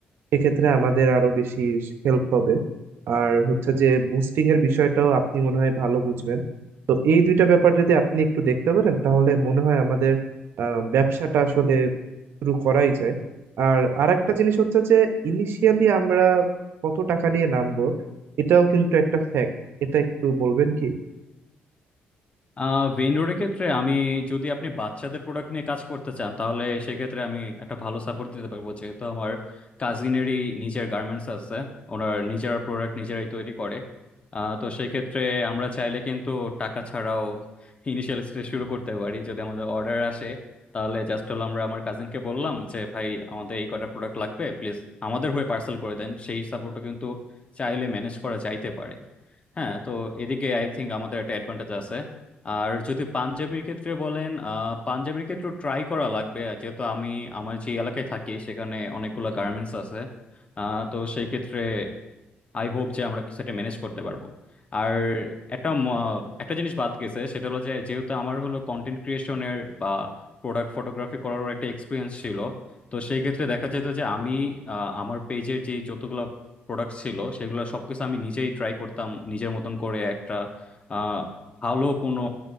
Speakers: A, on the right; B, on the left.
A: সেক্ষেত্রে আমাদের আরো বেশি হেল্প হবে আর হচ্ছে যে বুস্টিং এর বিষয়টাও আপনি মনে হয় ভালো বুঝবেন তো এই দুইটা ব্যাপার যদি আপনি একটু দেখতে পারেন তাহলে মনে হয় আমাদের আহ ব্যবসাটা আসলে শুরু করাই যায় আর আরেকটা জিনিস হচ্ছে যে ইনিশিয়ালি আমরা কত টাকা নিয়ে নামবো এটাও কিন্তু একটা ফ্যাক্ট এটা একটু বলবেন কি
B: আহ ভেন্ডরের ক্ষেত্রে আমি যদি আপনি বাচ্চাদের প্রোডাক্ট নিয়ে কাজ করতে চান তাহলে সেক্ষেত্রে আমি একটা ভালো সাপোর্ট দিতে পারবো যেহেতু আমার কাজিনেরই নিজের গার্মেন্টস আছে ওনার নিজেরা প্রোডাক্ট নিজেরাই তৈরি করে আহ, তো সেক্ষেত্রে আমরা চাইলে কিন্তু টাকা ছাড়াও ইনিশিয়াল স্টেজ শুরু করতে পারি যদি আমাদের অর্ডার আসে তাহলে জাস্ট হলো আমরা আমার কাজিনকে বললাম যে ভাই আমাদের এই কটা প্রোডাক্ট লাগবে প্লিজ আমাদের হয়ে পার্সেল করে দেন সেই সাপোর্টটা কিন্তু চাইলে ম্যানেজ করা যাইতে পারে হ্যাঁ তো এদিকে আই থিঙ্ক আমাদের একটা অ্যাডভান্টেজ আছে আর যদি পাঞ্জাবির ক্ষেত্রে বলেন আহ, পাঞ্জাবির ক্ষেত্রে ট্রাই করা লাগবে আর যেহেতু আমি আমার যে এলাকায় থাকি সেখানে অনেকগুলো গার্মেন্টস আছে আহ, তো সেই ক্ষেত্রে আই হোপ যে আমরা কিছু একটা ম্যানেজ করতে পারবো আর একটা ম- একটা জিনিস বাদ গেছে সেটা হলো যে যেহেতু আমার হলো কন্টেন্ট ক্রিয়েশনের বা প্রোডাক্ট ফটোগ্রাফি করারও একটা এক্সপিরিয়েন্স ছিল তো সেই ক্ষেত্রে দেখা যেত যে আমি আহ, আমার পেজের যে যতগুলো প্রোডাক্ট ছিল সেগুলো সবকিছু আমি নিজেই ট্রাই করতাম নিজের মতন করে একটা আহ, ভালো কোনো